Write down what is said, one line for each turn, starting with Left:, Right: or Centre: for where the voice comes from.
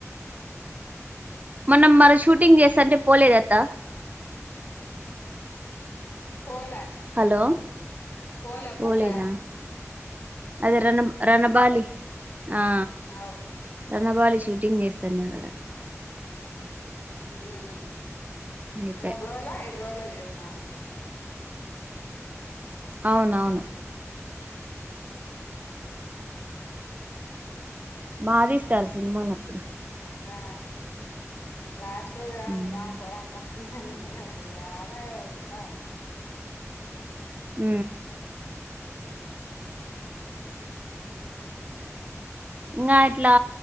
Right: మొన్న మనం షూటింగ్ చేస్తంట పోలేదత్తా
Left: పోలే
Right: హలో
Left: పోలే
Right: పోలేదా
Left: పోలే
Right: అదే రణ రణబాలి ఆ
Left: అవు
Right: రణబాలి షూటింగ్ చేస్తానరు ఆడ
Left: ఉమ్
Right: అయిపాయ్
Left: మూడు రోజులో ఐదు రోజులో చేసినారు
Right: అవునవును
Left: ఉ
Right: బా తీస్తారు సినిమాలక్కడ
Left: ఆ లాస్ట్ రోజు కదా
Right: మ్మ్
Left: ఏ మా పోదాం పా నేను ఆలా వద్దుపా
Right: ఉ
Left: హ
Right: ఇంకా అట్లా